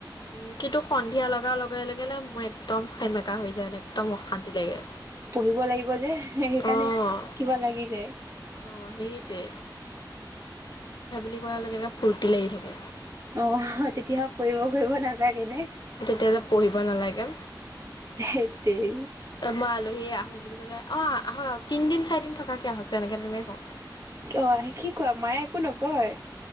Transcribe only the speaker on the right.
পঢ়িব লাগিব যে সেইকাৰণে
কিবা লাগি যায়।
অ তেতিয়াহ ফুৰিব ফুৰিব নালাগে নে?
ধেৎ তেৰি
অ কি কোৱা, মায়ে একো নকয়?